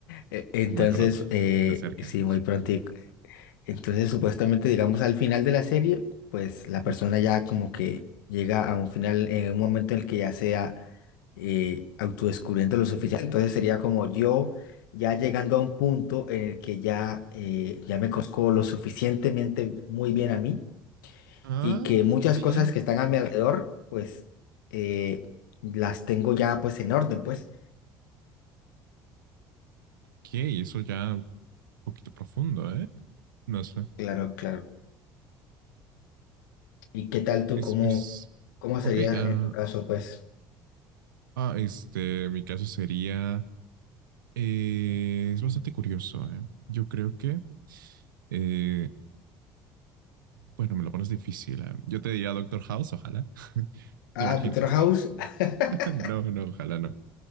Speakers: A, on the left (about 80°); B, on the right (about 85°).
A: E- Entonces,
B: muy pronto.
A: eh,
B: Se acerca.
A: sí, muy prontico. Entonces, supuestamente, digamos, al final de la serie, pues la persona
B: Mm.
A: ya como que llega a un final, en un momento en el que ya sea eh, autodescubriendo lo suficiente. Entonces sería como yo ya llegando a un punto en el que ya, eh, ya me conozco lo suficientemente muy bien a mí
B: Ah,
A: y que muchas
B: mira.
A: cosas que están a mi alrededor, pues eh, las tengo ya pues en orden, pues.
B: Ok, eso ya un poquito profundo, ¿eh? No sé.
A: Claro, claro. ¿Y qué tal tú?
B: Es,
A: ¿Cómo,
B: es,
A: cómo sería
B: ok, ah,
A: en tu caso, pues?
B: Ah, este, mi caso sería, eh, es bastante curioso, ¿eh? Yo creo que, eh, bueno, me lo pones difícil, ¿eh? Yo te diría Doctor House, ojalá,
A: Ah,
B: ¿te imaginas?
A: Doctor House. <laughs>
B: <laughs> No, no, ojalá no.